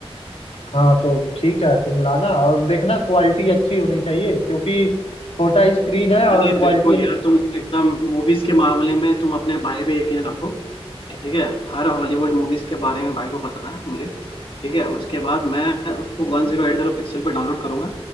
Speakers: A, on the left; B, on the left.
A: हाँ, तो ठीक है तुम लाना और देखना क्वालिटी अच्छी होनी चाहिए क्योंकि छोटा स्क्रीन है और
B: अरे
A: क्वालिटी
B: बिल्कुल यार तुम एकदम मूवीज के मामले में तुम अपने भाई पे यकीन रखो ठीक है हर हॉलीवुड मूवीज के बारे में भाई को पता है मुझे ठीक है उसके बाद मैं उसको वन जीरो एट जीरो पिक्सल पर डाउनलोड करूंगा